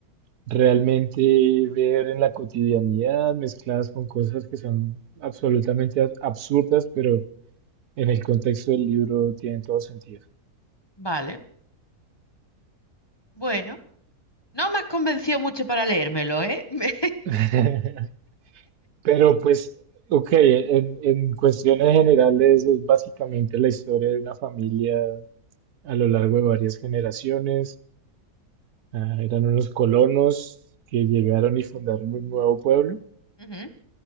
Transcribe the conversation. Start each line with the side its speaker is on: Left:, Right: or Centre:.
Right: realmente ver en la cotidianidad mezcladas con cosas que son absolutamente ab- absurdas, pero en el contexto del libro tienen todo sentido.
Left: vale, bueno. No me has convencido mucho para leérmelo, ¿eh? <laughs> Me-
Right: <laughs> Pero pues, ok, en, en cuestiones generales es básicamente la historia de una familia a lo largo de varias generaciones. Ah, eran unos colonos que llegaron y fundaron un nuevo pueblo
Left: Ujú,